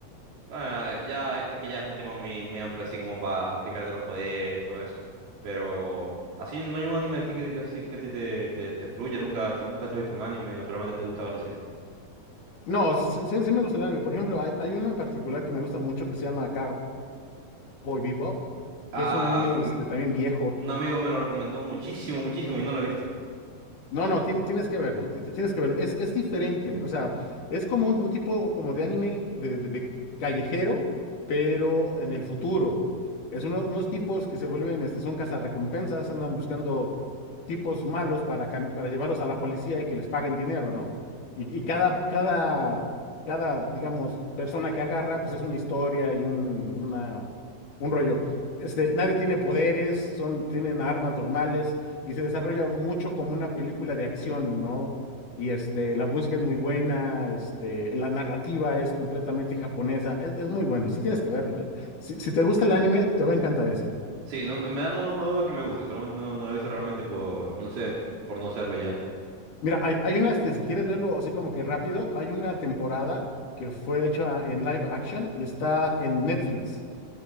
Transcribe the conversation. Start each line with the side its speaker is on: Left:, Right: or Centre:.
Right: Bueno, ya es que ya es un tema muy, muy amplio, así como para explicarte los poderes, todo eso. Pero así no hay un anime a ti que, que, así que a ti te, te, te fluya, nunca, tú nunca te has visto un anime o solamente te gusta ver el cine.
Left: No, sí, sí- sí- sí me gusta el anime. Por ejemplo, hay, hay uno en particular que me gusta mucho que se llama Cowboy Bebop,
Right: Ah,
Left: que es un anime
Right: mm,
Left: este, también viejo
Right: un amigo me lo recomendó muchísimo, muchísimo y no lo he visto.
Left: No, no, tien- tienes que verlo, ti- ti- tienes que verlo. Es, es diferente, o sea, es como un, un tipo como de anime de, de- de callejero, pero en el futuro. Es uno- unos tipos que se vuelven, este, son cazarrecompensas, andan buscando tipos malos para, cam- para llevarlos a la policía y que les paguen dinero, ¿no? Y, y cada, cada, cada, digamos, persona que agarran, pues es una historia y un, una- un rollo. Este, nadie tiene poderes, son, tienen armas normales y se desarrolla mucho como una película de acción, ¿no? Y este, la búsqueda es muy buena, este, la narrativa es completamente japonesa, es, es muy bueno, sí tienes que verlo, eh. Si, si te gusta el anime, te va a encantar ese.
Right: Sí, no, en verdad no, no dudo que me guste, solamente no, no lo he visto realmente por, no sé, por no hacerlo y ya.
Left: Mira, hay, hay una, este, si quieres verlo así como que rápido, hay una temporada que fue hecha en live action y está en Netflix.